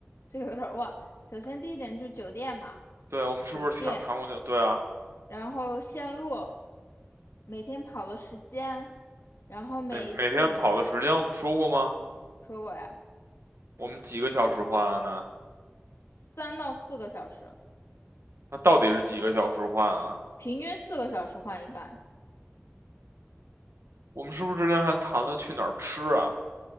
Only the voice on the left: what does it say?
这有点儿忘，首先第一点就是酒店嘛，
酒店。
然后线路，每天跑的时间，然后每一次
说过呀，
三到四个小时，
平均四个小时换一班。